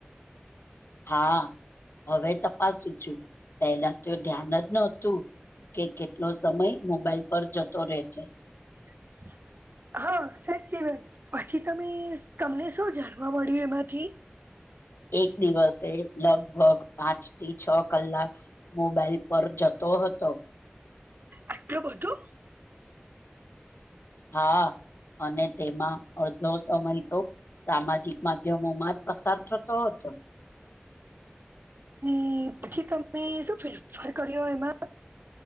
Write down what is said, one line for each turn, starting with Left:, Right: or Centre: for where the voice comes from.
Left: હા, હવે તપાસું છું. પેલા તો ધ્યાન જ નહતું. કે કેટલો સમય મોબાઈલ પર જતો રે છે?
Right: <unintelligible> હા, સાચી વાત. પછી તમે તમને શૌ જાણવા મળ્યું એમાંથી?
Left: એક દિવસે લગભગ પાંચ થી છ કલાક. મોબાઈલ પર જતો હતો.
Right: આટલું બધું.
Left: હા, અને તેમાં અડધો સમય. તો સામાજિક માધ્યમો માં જ પસાર થતો હતો.
Right: અને પછી તમે શું ફેરફાર કર્યો એમાં?